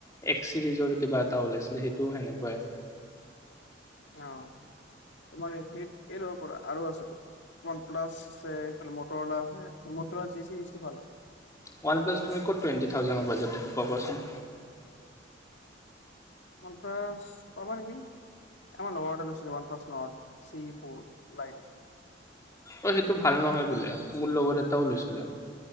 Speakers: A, on the left; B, on the left.
A: এক্স চিৰিজৰ কিবা এটা ওলাইছিলে সেইটোও সেনেকুৱাই৷
B: অ তোমাৰ সেই এই পৰা আৰু আছে ওৱান প্লাছ আছে এইফালে মটৰলা আছে মটৰলা যি চিটো ভাল হয়
A: ওৱান প্লাছ তুমি ক'ত টুৱেণ্টি থাউজেণ্ডৰ বাজেটত পোৱা কোৱাচোন
B: ৱান প্লাছ পাবা নেকি আমাৰ লগৰ এ লৈছিলে one plus Nord C for light
A: অ সেইটো ভাল নহয় বোলে মোৰ লগৰ এটাও লৈছিলে,